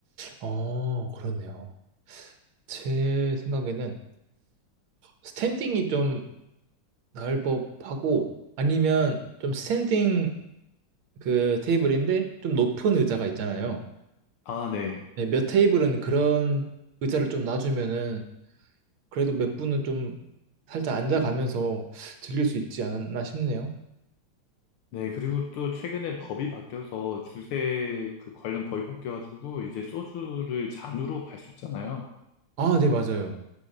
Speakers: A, on the right; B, on the left.
A: 어, 그렇네요. 제 생각에는 스탠딩이 좀 나을 법하고 아니면 좀 스탠딩 그 테이블인데 좀 높은 의자가 있잖아요.
B: 아, 네.
A: 네, 몇 테이블은 그런 의자를 좀 놔주면은 그래도 몇 분은 좀 살짝 앉아가면서 즐길 수 있지 않았나 싶네요.
B: 네, 그리고 또 최근에 법이 바뀌어서 주세 그 관련 법이 바뀌어가지고 이제 소주를 잔으로 팔 수 있잖아요.
A: 아, 네, 맞아요.